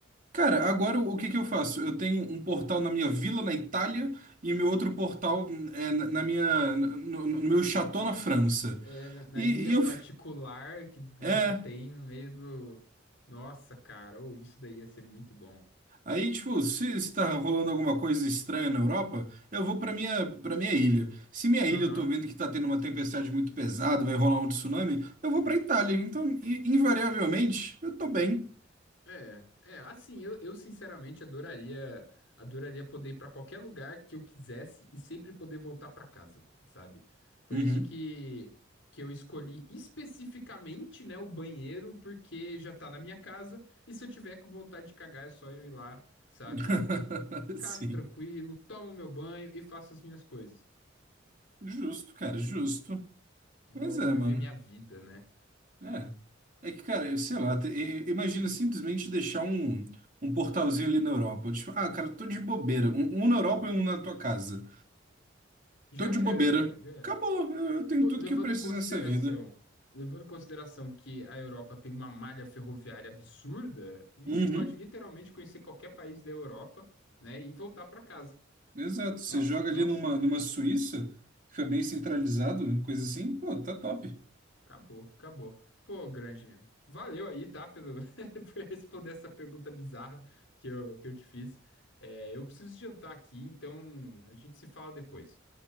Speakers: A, on the right; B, on the left.
A: Cara, agora o que que eu faço? Eu tenho um portal na minha vila, na Itália, e meu outro portal é na na minha, no, no meu chateau na França.
B: é, na, na
A: E,
B: ilha
A: e eu,
B: particular que, que
A: é,
B: você tem no meio do. Nossa, cara, ou isso daí ia ser muito bom.
A: aí tipo, se, se tá rolando alguma coisa estranha na Europa, eu vou pra minha, pra minha ilha. Se minha
B: Aham.
A: ilha eu tô vendo que tá tendo uma tempestade muito pesada, vai rolar um tsunami, eu vou pra Itália. Então, i- invariavelmente, eu tô bem.
B: É, é, assim, eu, eu sinceramente adoraria, adoraria poder ir pra qualquer lugar que eu quisesse e sempre poder voltar pra casa, sabe? Por
A: Uhum.
B: isso que que eu escolhi especificamente, né, o banheiro, porque já tá na minha casa e se eu tiver com vontade de cagar é só eu ir lá, sabe?
A: <laughs>
B: Cago
A: Sim.
B: tranquilo, tomo meu banho e faço as minhas coisas.
A: Justo, cara, justo.
B: Volto
A: Pois é,
B: a viver
A: mano.
B: minha vida, né?
A: É. É que, cara, eu sei lá, te- e- e- imagina simplesmente deixar um, um portalzinho ali na Europa. Tipo, ah, cara, tô de bobeira. Um, um na Europa e um na tua casa.
B: Já
A: Tô de
B: era,
A: bobeira.
B: cara, já era.
A: Acabou, eu, eu tenho
B: Pô,
A: tudo
B: levando
A: que eu preciso
B: em consideração,
A: nessa vida.
B: levando em consideração que a Europa tem uma malha ferroviária absurda, a gente
A: Uhum.
B: pode literalmente conhecer qualquer país da Europa, né, e voltar pra casa.
A: Exato. Você
B: Nossa,
A: joga ali
B: nossa,
A: numa, numa Suíça, fica bem centralizado, coisa assim. Pô, tá top.
B: acabou, acabou. Pô, grande, valeu aí, tá, pelo <laughs> por responder essa pergunta bizarra que eu, que eu te fiz. É, eu preciso jantar aqui, então a gente se fala depois.